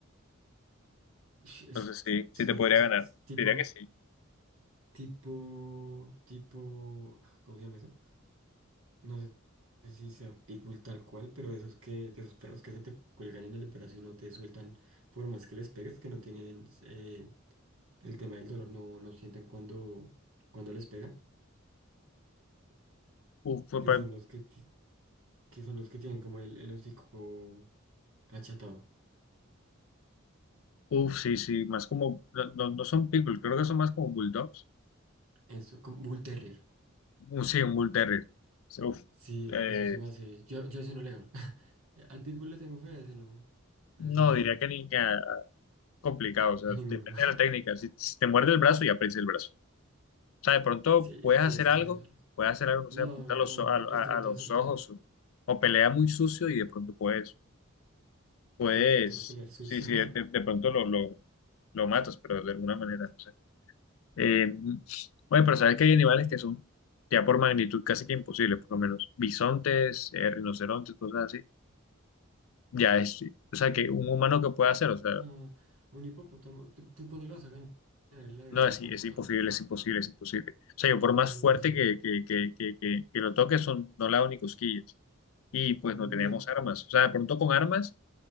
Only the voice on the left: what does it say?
Entonces sí,
sí te podría
ganar.
Diría que sí.
Uf, fue
pa-
uf, sí, sí, más como, no, no no son pitbull, creo que son más como bulldogs.
Un- Sí, un bull terrier. Sí, uf.
Eh,
no,
diría que ni que ah, complicado, o sea,
depende
de la técnica. Si, si te muerde el brazo, ya prensa el brazo. O sea, de pronto
puedes
hacer
algo,
puedes hacer algo, no
sé, apunta a los,
o- a,
a-
a
los
ojos o, o pelea muy sucio y de pronto puedes, puedes,
sí, sí,
de, de pronto lo, lo, lo matas, pero de alguna manera, no sé. Eh, bueno, pero sabes que hay animales que son ya por magnitud casi que imposibles, por lo menos bisontes, eh, rinocerontes, cosas así. Ya es, o sea, que un humano que pueda hacer, o sea,
no,
es,
es imposible, es imposible, es imposible. O
sea, yo por
más
fuerte
que, que, que, que, que, que lo toque, son, no le hago ni cosquillas. y pues
no tenemos armas. O sea, de pronto con armas,